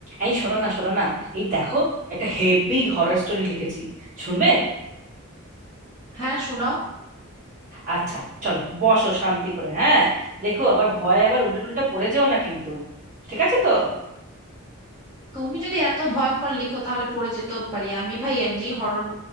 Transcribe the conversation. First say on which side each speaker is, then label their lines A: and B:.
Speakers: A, on the right; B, on the right.
A: এই শোনো না শোনো না এই দেখো একটা হেভি হরর স্টোরি লিখেছি শুনবে
B: হ্যাঁ শোনাও
A: আচ্ছা চলো বসো শান্তি করে হ্যাঁ দেখো আবার ভয়ে আবার উল্টে টুল্টা পড়ে যেও না কিন্তু ঠিক আছে তো
B: তুমি যদি এত ভয়ঙ্কর লিখো তাহলে পড়ে যেতেও পারি আমি ভাই এমনি হরর